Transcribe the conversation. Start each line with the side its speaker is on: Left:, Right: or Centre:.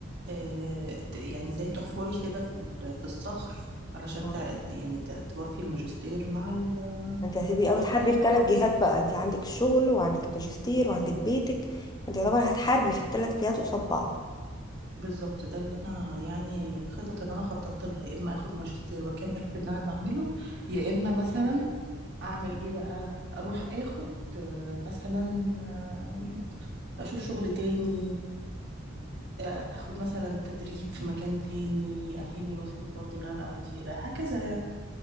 Right: آه ت- يعني زي تحفري كده في ال- في الصخر علشان
Left: مم.
Right: تع- يعني ت- توفي الماجستير مع ال-
Left: ما انت هتبقي بقى
Right: مع
Left: بتحاربي
Right: الحياه
Left: في
Right: العمليه
Left: ثلاث جهات بقى انت عندك الشغل وعندك الماجستير وعندك بيتك انت يعتبر هتحاربي في الثلاث جهات قصاد بعض
Right: بالظبط ده اللي انا يعني خطط اللي انا خططت لها يا اما اخد ماجستير واكمل في اللي انا بعمله يا اما مثلا اعمل ايه بقى اروح اخد آه، مثلا آه، اشوف شغل تاني آه، اخد مثلا تدريب في مكان تاني اهلني مثلا برضو ان انا ابقى مديرة هكذا يعني